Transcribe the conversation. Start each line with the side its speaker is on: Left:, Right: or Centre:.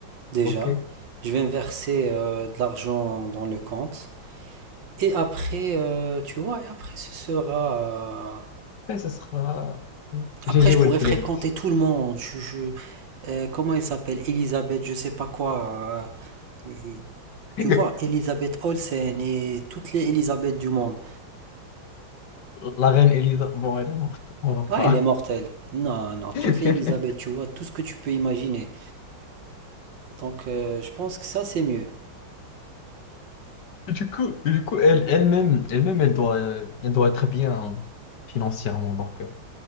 Right: déjà.
Left: ok. Et
Right: Je vais verser euh, de l'argent dans le compte. Et après, euh, tu vois, et après ce sera... euh,
Left: ce sera GG
Right: Après, je
Left: Wellplate.
Right: pourrais fréquenter tout le monde. Je, je, euh, comment elle s'appelle? Elisabeth, je sais pas quoi. euh, euh, tu
Left: <laughs>
Right: vois, Elisabeth Olsen et toutes les Elisabeth du monde.
Left: La reine Elisa, bon, elle est morte, on va pas.
Right: Ah, elle est mortelle. Non, non,
Left: <laughs>
Right: toutes les Elisabeth, tu vois, tout ce que tu peux imaginer. Donc, euh, je pense que ça, c'est mieux.
Left: Du coup, du coup elle, elle-même, elle-même, elle doit, euh, elle doit être bien financièrement. Donc, euh,